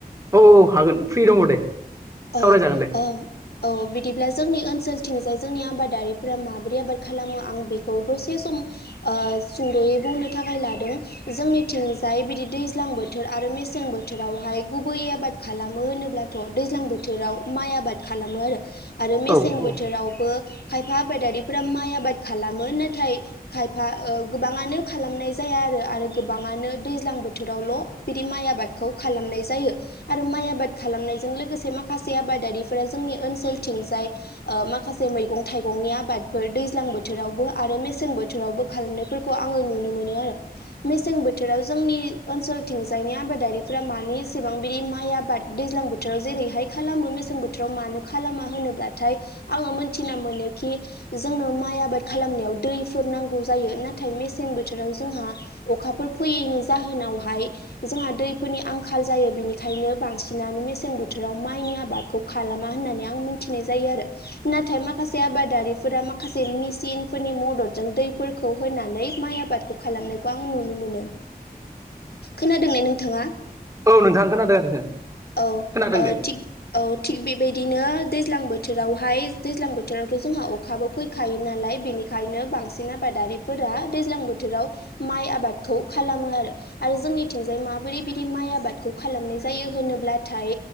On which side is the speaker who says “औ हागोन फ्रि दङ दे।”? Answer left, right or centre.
Right